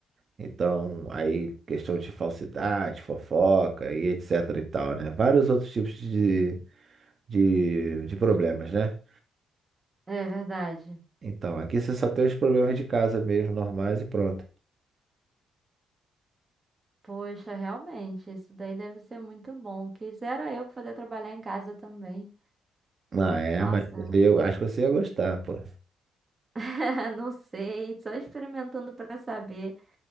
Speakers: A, on the right; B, on the right.
A: Então, aí questão de falsidade, fofoca e etc e tal, né? Vários outros tipos de, de, de problemas, né?
B: É verdade.
A: Então, aqui você só tem os problemas de casa mesmo, normais e pronto.
B: Poxa, realmente, isso daí deve ser muito bom. Quisera eu poder trabalhar em casa também.
A: Ah, é,
B: Nossa,
A: mas eu acho que você ia gostar, pô.
B: <laughs> não sei, só experimentando para saber.